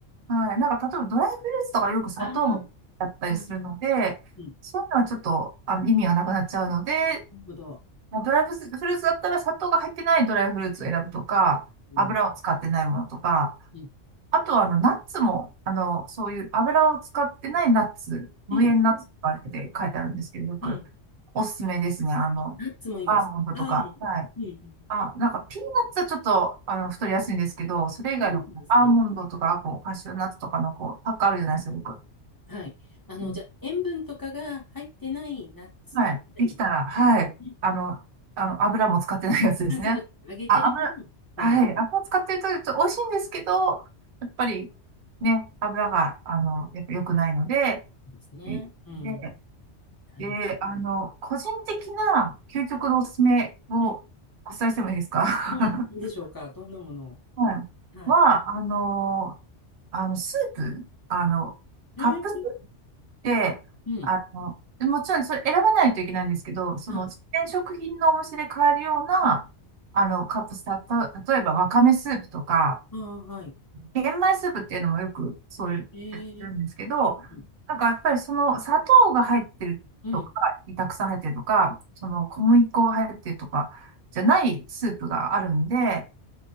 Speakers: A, on the right (about 55°); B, on the left (about 25°).
A: はい。なんか、例えばドライフルーツとかよく砂糖だったりするので、
B: ああ、うん、うん。
A: そういうのはちょっと、あの、意味がなくなっちゃうので、
B: なるほど。
A: まあドライフルーツだったら砂糖が入ってないドライフルーツを選ぶとか、
B: おー
A: 油を使ってないものとか、
B: うん。
A: あとは、あの、ナッツも、あの、そういう油を使ってないナッツ、無塩ナッツとかって書いてあるんですけど、
B: うん。
A: よく
B: うん。
A: おすすめですね。あの、
B: ナッツもいいんです。
A: アーモンドとか。
B: アーモンド。
A: はい。
B: うんうん。
A: あ、なんか、ピーナッツはちょっと、あの、太りやすいんですけど、それ以外の、
B: そうなんですね。
A: こうアーモンドとか、こう、カシューナッツとかの、こう、パックあるじゃないですか、よく。
B: はい。あの、
A: うん。
B: じゃあ、塩分とかが入ってないナッツとかがいいで
A: はい。できたら、はい。
B: すね。
A: あの、あの、油も使ってないやつですね。
B: あ、そこ、揚げてるのはダメで
A: あ、油、はい。油使ってると、ちょっと美味しいんですけど、やっぱり、ね、油が、あの、やっぱ良くないので、
B: すね。
A: えで、
B: うん。なるほ
A: で、あの、個人的な究極のおすすめをお伝えしてもいいですか
B: ど。うん。はい。
A: <laughs>
B: いいでしょうか。どんなものを。
A: はい。
B: はい。
A: は、あのー、あの、スープ、あの、
B: えー、
A: カップスープって、
B: うん。
A: あの、もちろんそれ選ばないといけないんですけど、その、
B: はい。
A: 自然食品のお店で買えるような、
B: うん。
A: あの、カップス、たと、例えばわかめスープとか、
B: ああ、はい。
A: 玄米スープっていうのもよくそういうやってるんですけど、
B: ええうん。
A: なんかやっぱりその砂糖が入ってるとか、
B: うん。うん
A: たくさん入ってるとか、その小麦粉が入ってるとかじゃないスープがあるんで、